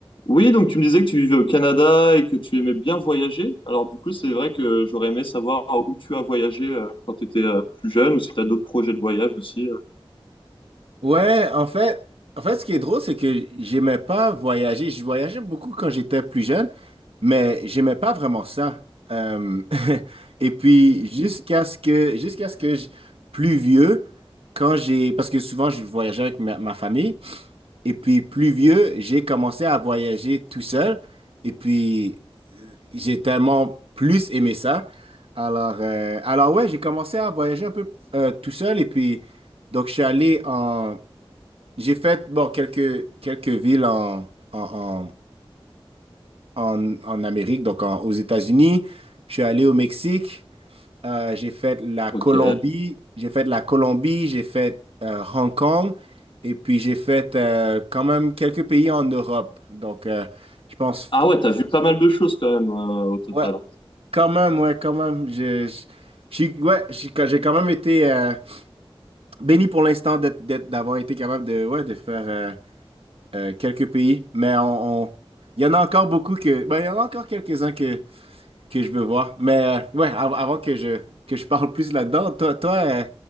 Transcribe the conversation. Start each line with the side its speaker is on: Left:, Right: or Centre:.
Left: Oui, donc tu me disais que tu vivais au Canada et que tu aimais bien voyager. Alors du coup, c'est vrai que j'aurais aimé savoir où tu as voyagé euh, quand tu étais euh, plus jeune ou si tu as d'autres projets de voyage aussi. euh.
Right: Ouais, en fait, en fait, ce qui est drôle, c'est que j'aimais pas voyager. Je voyageais beaucoup quand j'étais plus jeune, mais j'aimais pas vraiment ça. Euh, <laughs> et puis jusqu'à ce que, jusqu'à ce que je- plus vieux, quand j'ai, parce que souvent je voyageais avec ma, ma famille, et puis plus vieux, j'ai commencé à voyager tout seul, et puis j'ai tellement plus aimé ça. Alors, euh, alors ouais, j'ai commencé à voyager un peu euh, tout seul, et puis donc je suis allé en j'ai fait bon, quelques, quelques villes en, en, en, en, en Amérique, donc en- aux États-Unis. Je suis allé au Mexique, euh, j'ai fait la
Left: Ok.
Right: Colombie, j'ai fait la Colombie, j'ai fait euh, Hong Kong, et puis j'ai fait euh, quand même quelques pays en Europe. Donc, euh, je pense, Fran-
Left: Ah ouais, t'as vu pas mal de choses quand même euh, au total.
Right: ouais, quand même, ouais, quand même. Je, je, je suis- ouais, je suis- j'ai quand même été euh, béni pour l'instant d'être, d'être- d'avoir été capable de, ouais, de faire. euh, euh, quelques pays, mais on, on- il y en a encore beaucoup que, ben, il y en a encore quelques-uns que, que je veux voir. Mais euh, ouais, av- avant que je, que je parle plus là-dedans, toi, toi, euh,